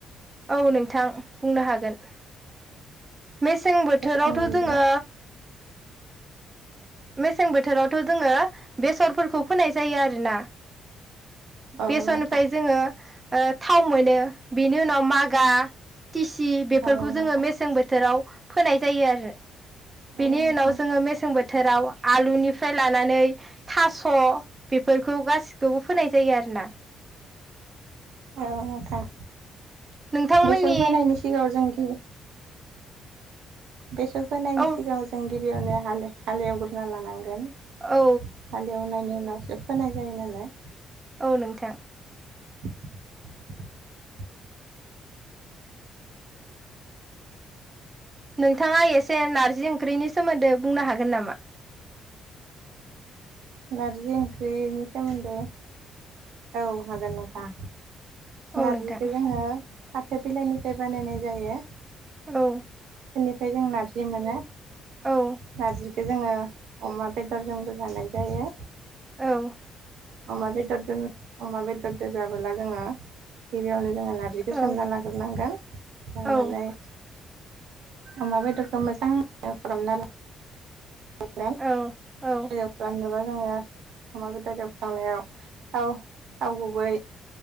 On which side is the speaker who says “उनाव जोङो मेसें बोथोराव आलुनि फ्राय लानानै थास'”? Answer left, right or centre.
Right